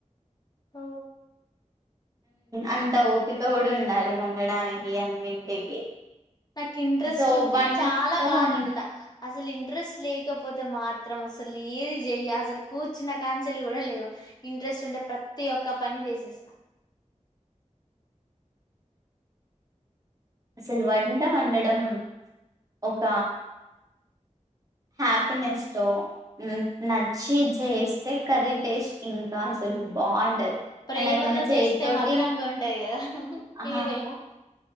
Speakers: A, on the left; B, on the right.
A: హ
B: అంత ఓపిక కూడా ఉండాలి వండడానికి అన్నింటికి
A: నాకు ఇంట్రెస్ట్
B: సో
A: ఉంటే
B: వంట
A: చాలా బాగువండుతా
B: వం
A: అసలు ఇంట్రెస్ట్ లేకపోతే మాత్రం అసలు ఏది చెయ్యి అసలు కూర్చిన కాంచెలి కూడా లేవ ఇంట్రెస్ట్ ఉంటే ప్రతి ఒక్క ప క పని చేసేస్తా
B: అసలు వంట వండడం ఒక హ్యాపీనెస్ తో నచ్చి చేస్తే కర్రీ టేస్ట్ ఇంకా అసలు బాగుంటది
A: ప్రేమతో
B: అండ్ అది మన చేతితోటి
A: చేస్తే మధురంగా ఉంటది కదా
B: ఆ
A: ఏదైనా